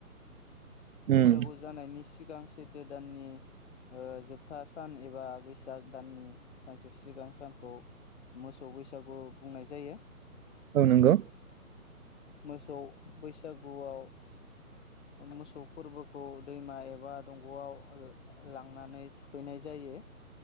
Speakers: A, on the right; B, on the left.
A: उम
B: बैसागु जानायनि सिगां सैथो दाननि जोबथा सान एबा बैसाग दाननि सानसे सिगां सानखौ मोसौ बैसागु बुंनाय जायो
A: औ नंगौ
B: मोसौ बैसागुआव मोसौ फोरबोखौ दैमा एबा दंग'आव लांनानै थुखैनाय जायो दे